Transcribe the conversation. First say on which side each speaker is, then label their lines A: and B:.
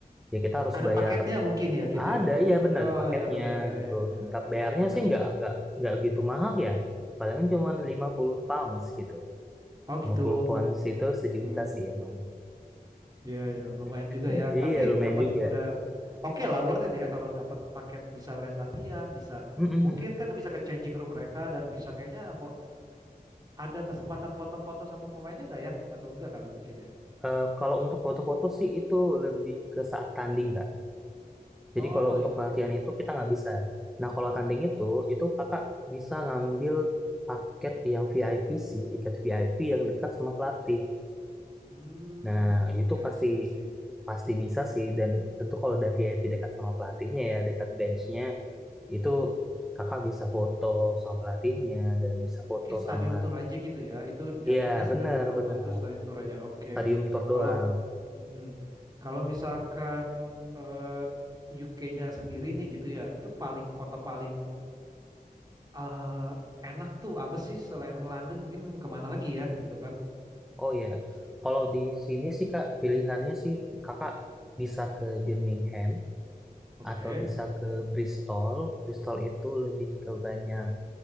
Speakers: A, in the centre; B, on the right.
A: ya kita harus
B: ada
A: bayar
B: paketnya mungkin ya gitu
A: ada
B: ya.
A: ya bener
B: Oh
A: ada paketnya
B: ya betul ya
A: gitu.
B: ya ya,
A: Tapi
B: ya. Aku
A: bayarnya
B: pernah
A: sih
B: baca
A: nggak
B: sih.
A: nggak nggak gitu mahal ya. Palingan cuma 50 pounds gitu.
B: Oh
A: lima
B: gitu.
A: puluh pounds itu sejuta
B: Hmm.
A: sih emang.
B: Iya, ya, lumayan
A: <laughs>
B: juga ya.
A: Iya
B: Tapi
A: lumayan
B: dapat
A: juga.
B: udah oke lah, worth it ya kalau dapat paket bisa lihat latihan, bisa
A: Mm-mm-mm.
B: mungkin kan bisa ke changing room mereka dan bisa kayaknya fo- ada kesempatan foto-foto sama pemainnya nggak ya? Atau enggak kali mungkin ya?
A: Eh, kalau untuk foto-foto sih itu lebih ke saat tanding kak. Jadi
B: Oh
A: kalau untuk
B: iya
A: pelatihan
B: iya.
A: itu kita nggak bisa. Nah kalau tanding itu, itu kakak bisa ngambil paket yang VIP sih, tiket VIP yang dekat sama pelatih.
B: Hmm,
A: Nah
B: oke
A: itu
B: I
A: pasti
B: see I see.
A: pasti bisa sih. Dan tentu kalau udah VIP dekat sama pelatihnya ya, dekat benchnya, itu kakak bisa foto sama pelatihnya dan bisa foto
B: Mungkin stadium
A: sama,
B: tour aja gitu ya. Itu jatuhnya
A: iya bener
B: eh, 50
A: bener
B: itu stadium tour aja. Oke.
A: stadium tour doang.
B: Kalau mm, kalau misalkan eh, UK-nya sendiri nih gitu ya. Itu paling kota paling eh enak tuh apa sih selain London mungkin kemana lagi ya gitu kan
A: Oh ya,
B: Bis-
A: kalau di sini sih Kak, pilihannya sih Kakak bisa ke Birmingham
B: oke
A: atau bisa ke Bristol. Bristol itu lebih ke banyak